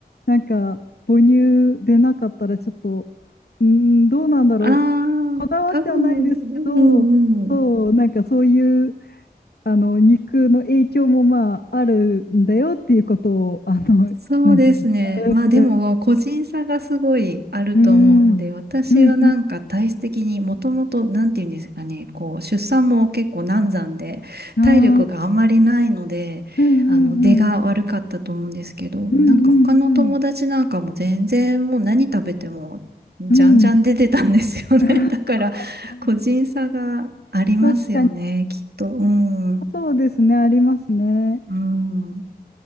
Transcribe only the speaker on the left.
なんか母乳でなかったらちょっと、うーん、どうなんだろう。
こだわってはないですけど、
そう、なんかそういう、あの、肉の影響もまああるんだよっていうことを、あの、
なんていううんで
すかうん、うん、
うん
うん、
ああ。うんうんうん。
うんうんうん。うん。<laughs>
あー確かに。
そうですね、ありますね。